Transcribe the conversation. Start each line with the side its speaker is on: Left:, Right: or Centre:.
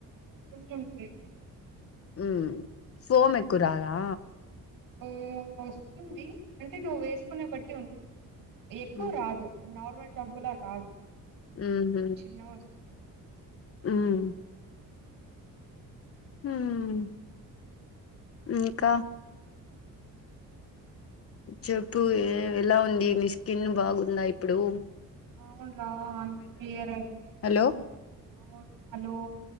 Right: ఉంటుంది
Left: హ్మ్ ఫోమె ఎక్కువ రాదా
Right: హ్మ్ వస్తుంది అంటే నువ్వు వేసుకునే బట్టి ఉంటుంది ఎక్కువ
Left: ఉహు
Right: రాదు నార్మల్ షాంపూ లా రాదు
Left: ఊహూ
Right: చిన్నగా వస్తుంది
Left: హ్మ్ హ్మ్ ఇంకా చెప్పు ఏ ఎలా ఉంది నీ స్కిన్ బాగుందా ఇప్పుడు
Right: అవును రా అంత క్లియర్ అ
Left: హలో
Right: అవును హలో